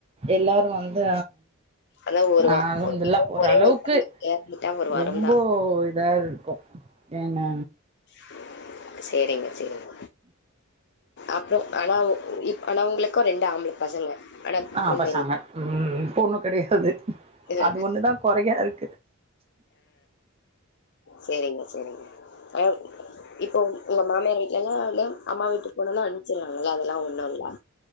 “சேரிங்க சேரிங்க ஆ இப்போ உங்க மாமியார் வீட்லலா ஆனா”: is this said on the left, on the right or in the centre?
Left